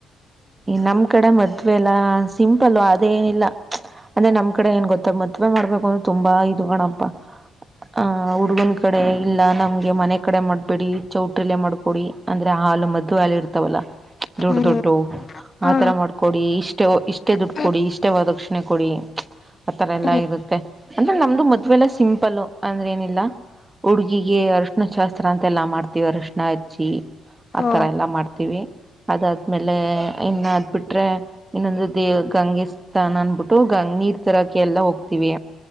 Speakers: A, on the right; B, on the left.
A: ನಮ್ ಈ ಕಡೆ ಮದ್ುವವೆಲ್ಲ ಸಿಂಪಲ್ ಅದೇನಿಲ್ಲ ಅಂದ್ರೆ ನಮ್ಮ ಕಡೆ ಏ ಗೊತ್ತ ಮದ್ವೆ ಮಾಡಬೇಕು ಅಂದ್ರ ತುಂಬಾ ಗಣಪ್ಪ ಹ ಹುಡುಗನ ಕಡೆ ಇಲ್ಲ ನಮ್ಗೆ ಮನೆ ಕಡೆ ಮಾಡಬೇಡಿ ಚೌಟ್ರಿಲೆ ಮಾಡ್ಕೊಡಿ ಅಂದ್ರೆ ಹಾಲು ಮದ್ದುೆ ಹಾಾಲ ಇರ್ತಾವಲ್ಲ ದೊಡ್ಡ-
B: ಹ್ಮ್
A: ದೊಡ್ಡು
B: ಹಾ
A: ಆತರ ಮಾಡ್ಕೊಡಿ ಇಷ್ಟೇ ಇಷ್ಟೇ ದುಡ್
B: ಹಾ
A: ಕೊಡಿ ಇಷ್ಟೇ ವದಕ್ಷಿಣೆ ಕೊಡಿ ಆತರ ಎಲ್ಲಾ
B: ಹ್ಮ್
A: ಇರುತ್ತೆ ಅಂದ್ರೆ ನಮ್ದು ಮದ್ವೆಲ್ಲ ಸಿಂಪಲ್ ಅಂದ್ರೆ ಏನಿಲ್ಲ ಹುಡುಗಿಗೆ ಅರ್ಶಣ ಶಾಸ್ತ್ರ ಅಂತೆ ಎಲ್ಲಾ ಮಾಡ್ತೀವಿ ಅರಶಣ ಅಜಿ
B: ಹಾ
A: ಆತರ ಎಲ್ಲಾ ಮಾಡ್ತೀವಿ ಅದ ಆಮೇಲೆ ಇನ್ನ ಅಾದ್ ಬಿಟ್ರೆ ಇನ್ನೊಂದು ದೇವ ಗಂಗೆ ಸ್ಥಾನ ಅನ್ಬಿಟ್ಟು ಗ ನೀರ್ ತರಾಕಿ ಎಲ್ಲ ಹೋಗ್ತಿೀವಿ